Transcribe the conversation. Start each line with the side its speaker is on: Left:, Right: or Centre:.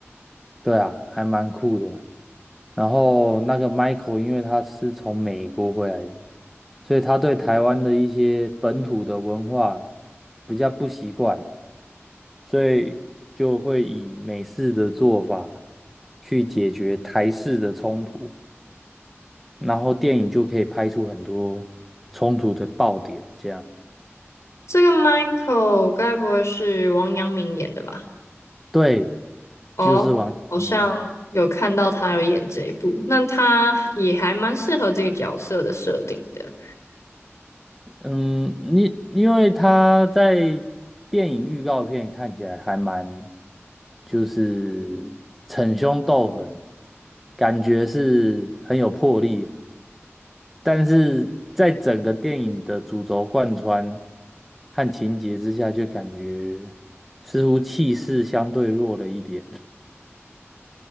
Centre: 对啊，还蛮酷的啊。然后那个 Michael，因为他是从美国回来的，所以他对台湾的一些本土的文化比较不习惯，所以就会以美式的做法去解决台式的冲突，然后电影就可以拍出很多冲突的爆点。这样，
Left: 这个 Michael 该不会是王阳明演的吧？
Centre: 对，
Left: 哦，
Centre: 就是王阳明
Left: 好像有看到他有演这一部，那他也还蛮适合这个角色的设定的。
Centre: 嗯，你因为他在电影预告片看起来还蛮，就是逞凶斗狠，感觉是很有魄力啊，但是在整个电影的主轴贯穿和情节之下，就感觉似乎气势相对弱了一点。